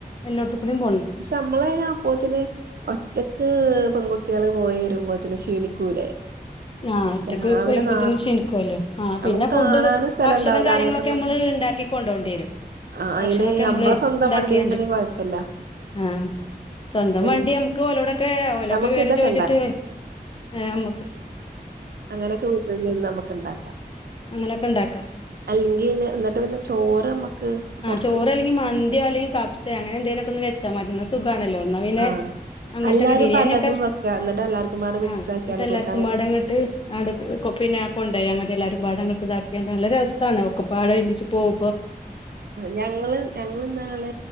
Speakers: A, on the left (about 35°); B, on the right (about 75°).
A: എല്ലോട്ത്ത് കൂടിം പോ
B: പഷെ അമ്മളയിന് അപ്പോത്തിന് ഒ ഒറ്റക്ക് പെങ്കുട്ട്യാള് പോയി വരുമ്പോത്തിന് ക്ഷീണിക്കൂലേ
A: ആഹ് ഒറ്റക്ക്
B: രാവിലെ
A: വരുമ്പോത്തിന്
B: നാർത്ത
A: ക്ഷിണിക്കൂല്ലോ ആ
B: നമുക്ക്
A: പിന്നെ ഫുഡ്
B: കാണാനും സ്ഥലം
A: ഭക്ഷണം
B: ഉണ്ടാവൂല
A: കാര്യങ്ങളൊക്കെ
B: അങ്ങോട്ടും ഇങ്ങോട്ടും
A: അമ്മള് ഇണ്ടാക്ക ക്കിക്കൊണ്ടോണ്ടിവെരും
B: ആ
A: ഭക്ഷണൊക്കെ
B: അയിന്
A: അമ്മള്
B: നമ്മളെ സ്വന്തം
A: ഇണ്ടാക്കിയാണ്ട്
B: വണ്ടിയിലാണെങ്കി കൊഴപ്പല്ല
A: ആഹ് സ്വന്തം
B: പിൻ
A: വണ്ടി ഞമ്മക്ക് ഓലോടൊക്കെ ഓലൊക്കെ
B: നമുക്ക്
A: വിവരം
B: ഇതൊക്കെ
A: ചോയിച്ചിട്ട് ഏഹ് അമ്മക്ക്
B: അങ്ങനൊക്കെ വീട്ട്ൽ നിന്ന് അമ്മക്ക്ണ്ടാക്കാ
A: അങ്ങനെക്കെണ്ടാക്കാ
B: അല്ലെങ്കിന്നെ ഇന്നിട്ട് പിന്നെ ചോറ് അമ്മക്ക് പൊറ
A: ചോറല്ലെങ്കി മന്ത്യോ അല്ലെങ്കി ക പ്സേ അങ്ങനെന്തേലൊക്കൊന്ന് വെച്ചാ മതി ഇന്നാ സുഖാണല്ലോ ഇന്നാ പിന്നേ
B: ആഹ്
A: അങ്ങൻത്തൊക്കെ
B: എല്ലാരും
A: ബിര്യാണ്യൊക്കെ
B: പലതും വെക്കാ എന്നിട്ട് എല്ലാർക്കുംപാടെ മിക്സ്
A: ആഹ്
B: ആക്കിയാണ്ട്
A: ഇങ്ങൻത്തെ എല്ലാർക്കുമ്പാടെ
B: കൊടുക്കാ
A: ട്ട് അണ്ട് പിന്നെ കൊണ്ടോയാ മതി എല്ലാരുമ്പാടെ അങ്ങട്ട്താക്കിയാണ്ട് നല്ല രെസാണ് ഒക്കപ്പാടെ ഒരുമിച്ച് പോവ്മ്പൊ
B: ഞങ്ങള് ഞങ്ങള് ഇന്നാള്